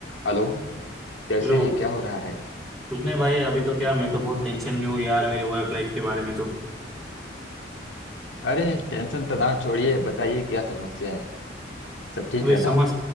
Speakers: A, on the left; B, in the centre.
A: Hello कैसे
B: Hello
A: हैं क्या हो रहा है
B: कुछ नहीं भाई अभी तो क्या मैं तो बहुत टेंशन में हूँ यार मेरे वर्क लाइफ के बारे में तो
A: अरे टेंशन तनाव छोड़िए बताइए क्या समस्या है सब ठीक
B: अभी
A: है
B: समझ
A: ना